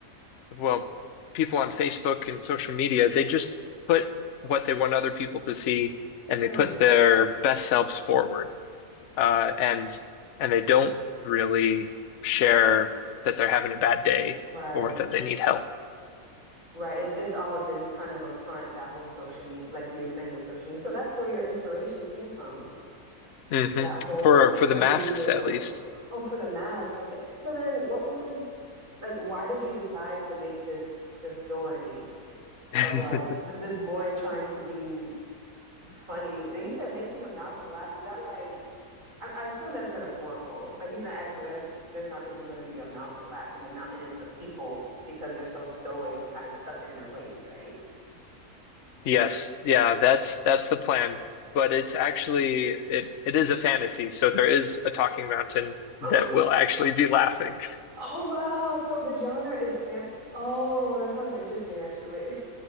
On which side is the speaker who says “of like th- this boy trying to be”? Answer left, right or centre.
Right